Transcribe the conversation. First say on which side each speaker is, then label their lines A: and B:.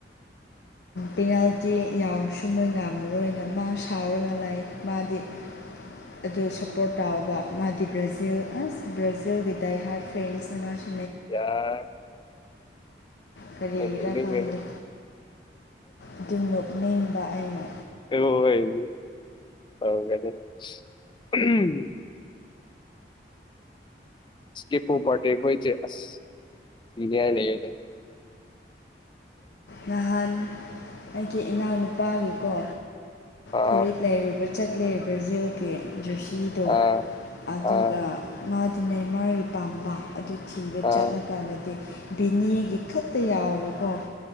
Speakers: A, on the left; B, on the left.
A: ꯄꯦꯅꯥꯜꯇꯤ ꯌꯥꯎꯔꯁꯨ ꯃꯣꯏ ꯉꯃꯦ ꯃꯔꯨꯅ ꯃꯥ ꯁꯥꯎꯔꯒ ꯂꯥꯛ ꯃꯥꯗꯤ ꯑꯗꯨ ꯁꯞꯄꯣꯔꯠ ꯇꯥꯎꯕ ꯃꯥꯗꯤ ꯕ꯭ꯔꯥꯖꯤꯜ ꯑꯁ ꯕ꯭ꯔꯥꯖꯤꯜꯒꯤ ꯗꯗꯥꯏ ꯍꯔ ꯐ꯭ꯔꯦꯟꯁ ꯃꯥꯁ
B: ꯌꯥ
A: ꯀꯔꯤꯒꯤꯔꯥ
B: ꯅꯣꯛꯅꯤꯡꯉꯦꯗ
A: ꯈꯪꯗꯦ ꯑꯗꯨꯝ ꯅꯣꯛꯅꯤꯡꯕ ꯑꯩꯅ
B: <unintelligible> <unintelligible> <unintelligible> <unintelligible> ꯏꯁꯀꯤꯦꯄꯣ ꯄꯔꯦ ꯍꯣꯏ ꯑꯁ ꯅꯏ ꯂꯩꯅꯦ
A: ꯅꯍꯥꯟ ꯑꯩꯒꯤ ꯏꯅꯥꯎꯅꯨꯄꯥꯒꯤꯀꯣ
B: ꯑꯥ
A: ꯐꯨꯔꯤꯠ ꯂꯩꯔꯨꯕ ꯆꯠꯂꯦ ꯕ꯭ꯔꯥꯖꯤꯜꯒꯤ ꯖꯔꯁꯤꯗꯣ
B: ꯑꯥ
A: ꯑꯗꯨꯒ
B: ꯑꯥ
A: ꯃꯥ ꯅꯦ ꯃꯥꯔꯒꯤ ꯄꯥꯝꯕ ꯑꯗꯨ ꯊꯤꯕ
B: ꯑꯥ
A: ꯆꯠꯂꯀꯥꯟꯗꯗꯤ ꯚꯕꯤꯅꯦꯒꯤ ꯈꯛꯇ ꯌꯥꯎꯕꯀꯣ